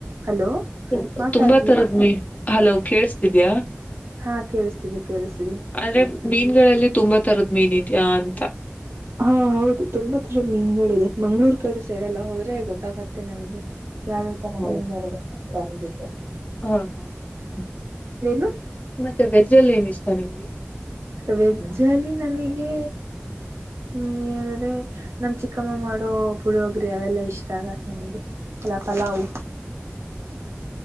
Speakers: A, on the right; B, on the left.
A: ಹಲೋ
B: ತುಂ
A: ಮಾತಾಡಿ
B: ತುಂಬಾ ತರದ್ ಮೀ ಹಲೋ ಕೇೇಳಸ್ತಿದ್ಯಾ
A: ಹಾ ಕೇಳಿಸ್ತೀನಿ ಕೇಳಿಸತೀಿ
B: ಅಂದ್ರೆ ಮೀನ್ಗಳಲ್ಲಿ ತುಂಬಾ ತರದ್ ಮೀನ್ ಇದಿದ್ಯಾಾ ಅಂತ
A: ಹಾ ಹೌದು ತುಂಬಾ ತರ ಮೀನ್ಗಳಿದೆ ಮಂಗ್ಗಳೂರ್ ಕಡೆ ಸೈಡ್ ಎಲ್ಲ ಹೋದ್ರೆ ಗೊತ್ತಾಗತ್ತೆ ನಮ್ಗೆ ಯಾವ ಯಾವ ತರ
B: ಹೌದು
A: ಮೀನುಗಳಿಗೆ ಹಬೇಕತ
B: ಹಾ ಹಾ ಹ ಹ
A: ಏನು
B: ಮತ್ತೆ ವೆಜ್ ಜಲ್ಲ ಏನ ಇಷ್ಟ ನಿಮ್ಗೆ
A: ವೆಜ್ಜ್ ಅಲ್ಲಿ ನನಗೆ ಹ್ಮ್ ಹೇಳಿದ್ರೆ ನಮ ಚಿಕ್ಕಮ್ಮ ಮಾಡೋ ಪುಳೋಗ್ರಿ ಅವೆಲ್ಲಾ ಇಷ್ಟ ಆಗತ್ ನನಗೆ ಎಲ ಪಲಾವು್